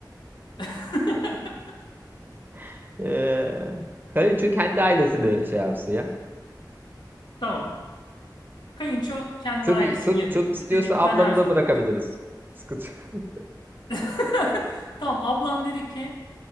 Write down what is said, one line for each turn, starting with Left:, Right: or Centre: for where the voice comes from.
Left: <laughs>
Right: <laughs> eee kayınço kendi ailesini şey yapsın ya.
Left: Tamam. Kayınço kendi
Right: Çok
Left: ailesinin
Right: çok
Left: yanına
Right: çok
Left: gitti.
Right: istiyorsa
Left: Dedi ki
Right: ablamı
Left: ben Erzurum'a
Right: da bırakabiliriz.
Left: gideceğim.
Right: Sıkıntı. <laughs>
Left: <laughs> Tamam ablan dedi ki